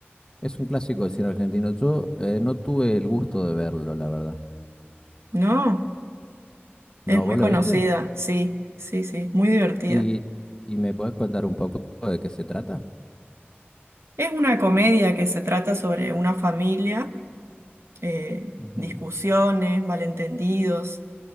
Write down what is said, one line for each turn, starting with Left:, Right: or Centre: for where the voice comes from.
Left: Es un clásico del cine argentino. Yo eh, no tuve el gusto de verlo, la verdad.
Right: No,
Left: ¿No,
Right: es muy
Left: vos
Right: conocida,
Left: lo viste?
Right: sí, sí, sí, muy divertida.
Left: ¿Y, y me podés contar un poco de qué se trata?
Right: Es una comedia que se trata sobre una familia, eh,
Left: Ujú.
Right: discusiones, malentendidos.